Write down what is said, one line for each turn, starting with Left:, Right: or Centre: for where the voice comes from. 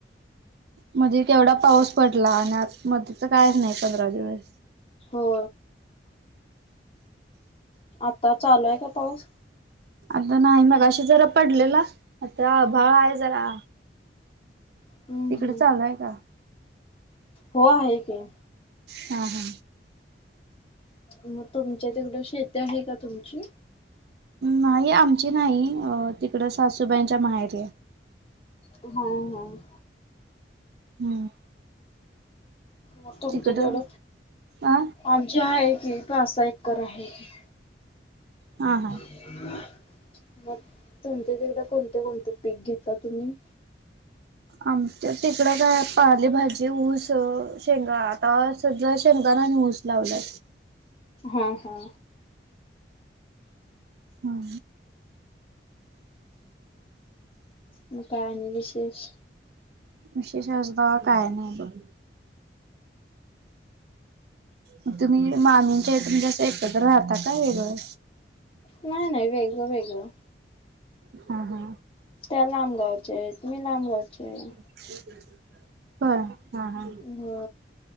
Right: म्हध्ये तेवढा पाऊस पडला आणि आ मध्ये तर कायच नाही पंधरा दिवस.
Left: हो. आता चालू आहे का पाऊस?
Right: आता नाही मगाशी जरा पडलेला आता आभाळ आहे जरा.
Left: हम्म
Right: तिकडे
Left: हम्म
Right: चालूय का.
Left: हो आहे कि.
Right: हा हा.
Left: मग तुमच्या तिकडं शेती आहे का तुमची?
Right: नाही आमची नाही तिकड सासूबाईंच्या माहेरी आहे.
Left: हम् हम्
Right: हम्म
Left: म तुमच्याकड
Right: तिकडं आ
Left: आमची आहे कि पासा एककर आहे की.
Right: हां हां.
Left: मग तुमच्या तिकडे कोणते कोणते पीक घेतला तुम्ही?
Right: आमच्या तिकडं काय पाली भाजी ऊस शेंगा आता सध्या शेंगदानं आणि ऊस लावलं.
Left: हा हा.
Right: हा.
Left: म काय आणि विशेष?
Right: विशेष आज बगा काय नाही. मग तुम्ही मामींच्या इथं म्हणजे एकत्र राहता काय वेगळ?
Left: नाही नाही वेगंळ वेगंळ.
Right: <inaudible> हा हा.
Left: त्या लांब गावच्या आहेत मी लांब गावची आहे.
Right: <inaudible> होय हा ह
Left: हो